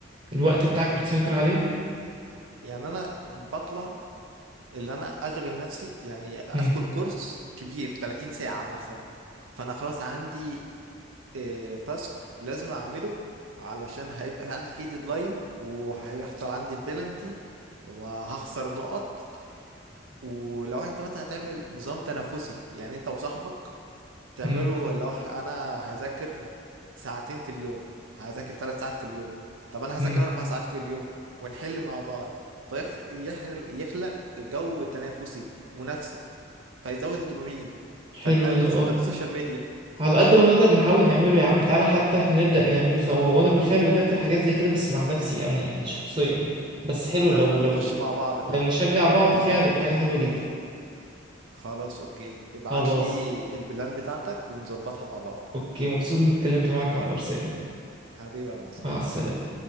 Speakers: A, on the right; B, on the right.
A: الوقت بتاعك بتسيطر عليه
B: يعني انا بطلع اللي انا اشغل نفسي يعني ادخل
A: مم.
B: كورس كبير 30 ساعة مثلا فانا خلاص عندي إيه، تاسك لازم اعمله علشان هيبقى عندي فيه ديدلاين وهيحصل عندي بلنتي وهخسر نقط ولو انت مثلا هتعمل نظام تنافسي يعني انت وصاحبك تعملوا
A: مم.
B: لو ح- انا هذاكر ساعتين في اليوم هذاكر ثلاث ساعات في اليوم طب انا
A: مم.
B: هذاكر اربع ساعات في اليوم ونحل مع بعض فيخلق جو تنافسي منافسة فيزود الدوبامين
A: حلو
B: فنقلل
A: ده
B: استخدام
A: اه
B: السوشيال ميديا
A: على قد ما نقدر نحاول نعمله يا عم تعالى حتى احنا نبدأ نعمله سوا هو انا بالفعل بدأت بحاجات زي كده بس مع نفسي انا يعني شخصيا بس حلو
B: لا
A: لو
B: احنا
A: لو
B: نخش مع بعض بقى
A: لو نشجع
B: يعني
A: بعض فيها هتبقى حاجة حلوة جدا
B: خلاص اوكي ابعت
A: خلاص
B: لي البلان بتاعتك ونظبطها مع بعض
A: اوكي مبسوط اني اتكلمت معاك عن ارساني
B: حبيبي يا عم عصام.
A: مع السلامة